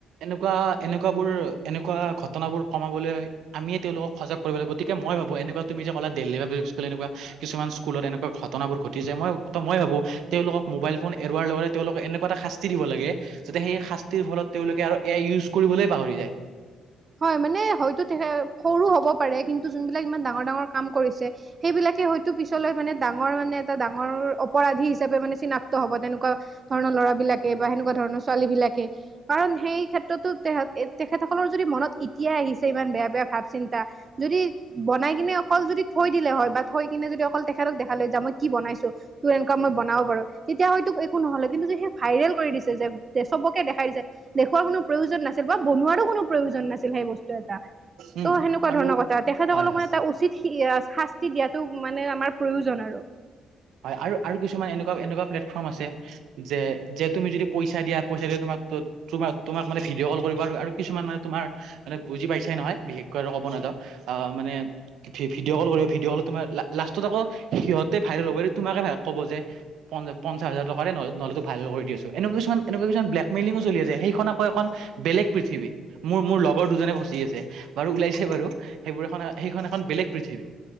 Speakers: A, on the right (about 75°); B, on the right (about 35°).
A: এনেকুৱা এনেকুৱাবোৰ এনেকুৱা ঘটনাবোৰ কমাবলৈ, আমি তেওঁলোকক সজাগ কৰিবলে গতিকে মই ভাবো এনেকুৱা তুমি যে কলা দিল্লী পাব্লিক স্কুল এনেকুৱা কিছুমান স্কুলত এনেকুৱা ঘটনা বোৰ ঘটিছে মই ত মই ভাবো তেওঁলোকক মোবাইল ফোন এৰোৱাৰ লগতে তেওঁলোকক এনেকুৱা এটা শাস্তি দিব লাগে যাতে সেই শাস্তিৰ ফলত তেওঁলোকে আৰু এ আই ইউজ কৰিবলৈ পাহৰি যায়।
B: হয় মানে হয়তো তে সৰু হ'ব পাৰে কিন্তু যোনবিলাক ইমান ডাঙৰ ডাঙৰ কাম কৰিছে সেইবিলাকে পিছলৈ ডাঙৰ মানে ডাঙৰ অপৰাধী হিচাপে মানে চিনাক্ত হব তেনেকুৱা ধৰণৰ ল'ৰা বিলাকে বা সেনেকুৱা ধৰণৰ ছোৱালী বিলাকে কাৰণ সেই ক্ষেত্ৰতো তে তেখেতসকলৰ যদি মনত এতিয়াই আহিছে ইমান বেয়া বেয়া ভাৱ চিন্তা যদি বনাই কিনে অকল যদি থৈ দিলে হয় বা থৈ কিনে যদি অকল তেখেতক দেখালে হয় মই কি বনাইছো তোৰ এনেকুৱা মই বনাও বাৰু তেতিয়া হয়তো একো নহলে কিন্তু যে সেই ভাইৰেল কৰি দিছে যে চবকে দেখাই দিছে দেখুুৱাৰ কোনো প্ৰয়োজন নাছিল বা বনোৱা কোনো প্ৰয়োজন নাছিল। সেই বস্তু এটা,
A: উম
B: ত সেনেকুৱা
A: আৰু
B: ধৰণৰ কথা তেখেতসকলক
A: হয় হয়
B: মানে এটা উচিত শাস্তি দিয়াতো মানে আমাৰ প্ৰয়োজন আৰু।
A: হয় আৰু কিছুমান এনেকুৱা এনেকুৱা প্লেটফৰ্ম আছে যে যে তুমি যদি পইচা দিয়া পইচা দি তোমাৰ ত তোমাক মানে ভিডিঅ' কল কৰিব আৰু কিছুমান মানে তোমাৰ মানে বুজি পাইছাই নহয় বিশেষকৈ আৰু ক'ব ন মানে ভিডিঅ' কল কৰিব ভিডিঅ' কল তাৰ লাষ্টত আকৌ সিহতে ভাইৰেল হ'ব তোমাকে ভ ক'ব যে পঞ্চ পঞ্চাচ হাজাৰ টকা দে তোমাক ভাইৰেল কৰি দি আছো এনেকুৱা কিছুমান এনেকুৱা কিছুমান ব্লেকেইলি চলি আছে সেইখন আকৌ এখন বেলেগ পৃথিৱী মোৰ মোৰ লগৰ দুজনে ফচি আছে বাৰু ওলাইছে বাৰু। সেইবোৰ এখন সেইখন এখন বেলেগ পৃথিৱী।